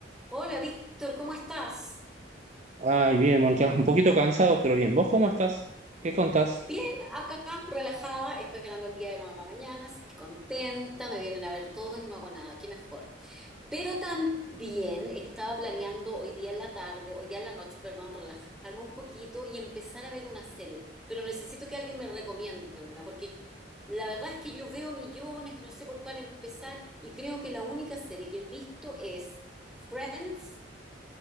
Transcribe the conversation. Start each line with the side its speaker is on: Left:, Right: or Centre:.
Centre: Hola Víctor, ¿cómo estás?
Right: Ay, bien, Mónica. Un poquito cansado, pero bien. ¿Vos cómo estás? ¿Qué contás?
Centre: Bien, acá relajada, esperando el día de la mamá mañana, así que contenta, me vienen a ver todos y no hago nada, qué mejor. Pero también estaba planeando hoy día en la tarde, hoy día en la noche, perdón, relajarme un poquito y empezar a ver una serie, pero necesito que alguien me recomiende una, porque la verdad es que yo veo millones y no sé por cuál empezar y creo que la única serie que he visto es Friends